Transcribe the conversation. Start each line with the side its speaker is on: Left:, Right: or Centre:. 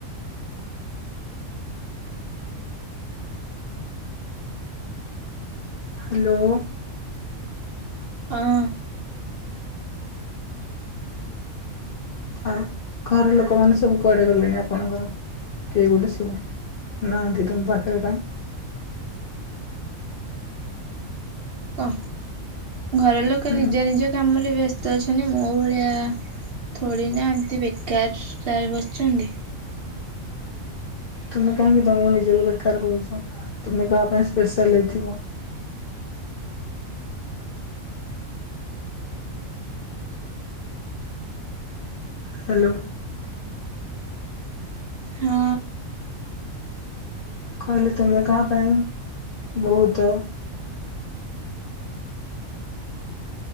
Left: ହାଲୋ
Right: ହଁ।
Left: ଆଉ ଘର ଲୋକମାନୋନ ସବୁ କୁଆଡେ ଗଲେଣି ଆପଣଙ୍କର କେହି ଗୋଟେ ସବୁ ନାହାନ୍ତି ତମ ପାଖରେ କାହିଁ?
Right: କହ? ଘର ଲୋକ ନିଜ
Left: ହୁଁ
Right: ନିଜ କାମରେ ବ୍ୟସ୍ତ ଅଛନ୍ତି ମୋ ଭଳିଆ ଥଳି ନା ଏମିତି ବେକାର ଟରେ ବସିଛନ୍ତି।
Left: ତୁମେ କାହିଁକି ତମକୁ ନିଜକୁ ବେକାର କରୁଛ ତମେ କାହା ପାଇଁ ସ୍ପେଶାଲ ହେଇଥିବ। ହାଲୋ
Right: ହଁ।
Left: କହିଲେ ତମେ କାହା ପାଇଁ ବହୁତ